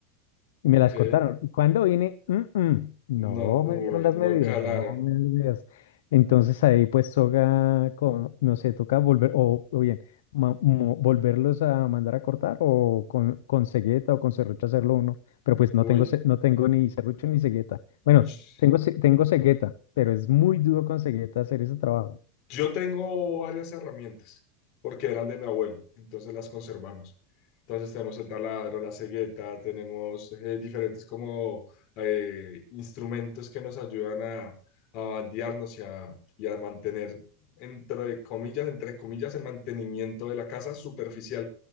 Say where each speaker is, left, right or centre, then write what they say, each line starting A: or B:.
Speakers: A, on the left; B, on the left.
A: Y
B: ok.
A: me las cortaron. Y Cuando vine, "Mm, mm, no
B: No, uy,
A: me dieron las
B: no
A: medidas,
B: calaron.
A: no me dieron las medidas. Entonces ahí pues toca, co- no sé, toca volver, o, o bien, ma- mo- volverlos a mandar a cortar o con, con cegueta o con serrucho hacerlo uno. Pero pues no
B: Uy,
A: tengo, ce- no tengo ni serrucho ni cegueta. Bueno,
B: ch-
A: tengo, ce- tengo cegueta, pero es muy duro con cegueta hacer ese trabajo.
B: yo tengo varias herramientas porque eran de mi abuelo, entonces las conservamos. Entonces tenemos el taladro, la cegueta, tenemos eh, diferentes como eh, instrumentos que nos ayudan a, a bandearnos y a, y a mantener, entre comillas, entre comillas, el mantenimiento de la casa superficial,